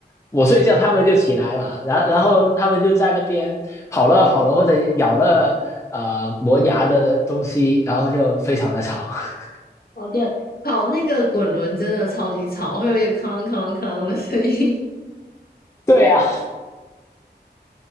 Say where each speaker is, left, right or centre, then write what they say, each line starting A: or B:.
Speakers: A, on the left; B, on the left.
A: 我睡觉，它们就起来嘛，然后然后它们就在那边跑了跑了或者咬了呃磨牙的东西，然后就非常的吵。<laughs>
B: <laughs> 哦，对，跑那个滚轮真的超级吵，会有一个哐啷哐啷哐啷的声音。
A: 对呀、